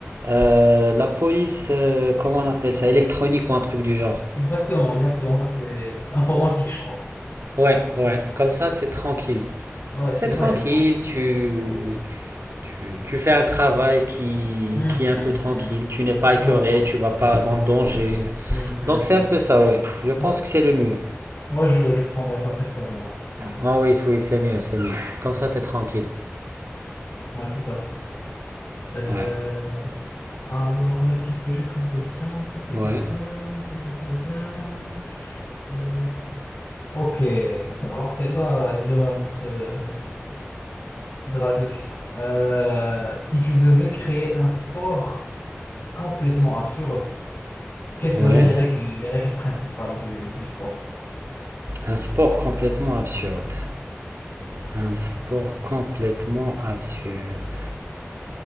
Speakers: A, on the right (about 65°); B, on the left (about 55°).
A: euh, la police, euh, comment on appelle ça, électronique ou un truc du genre.
B: Exactement, exactement, ça c'est informatique, je crois.
A: Ouais, ouais,
B: Je sais pas.
A: comme ça, c'est tranquille.
B: Ouais,
A: C'est
B: celle-là,
A: tranquille,
B: elle est tranquille.
A: tu,
B: Ouais.
A: tu, tu fais un travail qui,
B: Hmm,
A: qui est un
B: hmm,
A: peu tranquille,
B: hmm.
A: tu n'es pas écœuré,
B: Ouais, ouais.
A: tu vas pas dans le danger.
B: Hmm, hmm,
A: Donc c'est
B: hmm.
A: un peu ça, ouais. Je pense
B: Ouais,
A: que c'est le mieux.
B: ouais, je, je prendrais ça certainement. ouais. Hmm.
A: Oh oui, oui, c'est mieux, c'est mieux. Comme ça, t'es tranquille.
B: Ouais, tout à fait. Euh,
A: Ouais,
B: alors, euh, qu'est-ce que j'ai comme question? Ta, ta,
A: ouais,
B: ta, ta, ta, ta, ta, ta, ta. ta. Euh, ok, alors celle-là, elle demande de, de la réflexion. Euh, si tu devais créer un sport complètement absurde, quelles seraient
A: ouais.
B: les règles, les règles principales du, du sport?
A: Un sport complètement absurde. Un sport complètement absurde.